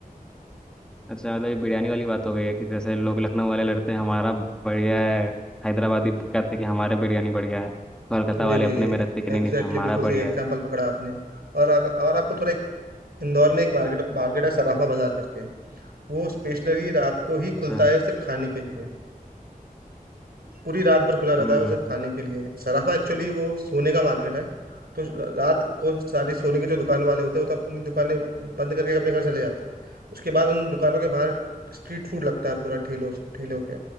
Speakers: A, in the centre; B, on the right.
A: अच्छा मतलब ये बिरयानी वाली बात हो गई है कि जैसे लोग लखनऊ वाले लड़ते हैं हमारा बढ़िया है हैदराबादी कहते हैं कि हमारे बिरयानी बढ़िया है कोलकाता
B: तो वही
A: वाले
B: वही
A: अपने
B: एग्जैक्टली
A: में रहते हैं कि नहीं
B: exactly,
A: नहीं हमारा
B: बिल्कुल
A: बढ़िया
B: सही एग्जांपल
A: है
B: पकड़ा आपने और अग- और आपको थोड़ा एक इंदौर में एक मार्केट मार्केट है सराफा बाजार करके वो स्पेशली रात को ही
A: अच्छा
B: खुलता है सिर्फ खाने के लिए पूरी रात भर खुला रहता
A: हम्म
B: है वो सिर्फ खाने के लिए है सराफा एक्चुअली वो सोने का मार्केट है तो रात को सारी सोने की जो दुकान वाले होते हैं वो तो अपनी दुकानें बंद करके अपने घर चले जाते हैं उसके बाद उन दुकानों के बाहर स्ट्रीट फूड लगता है पूरा ठेलों से ठेलों के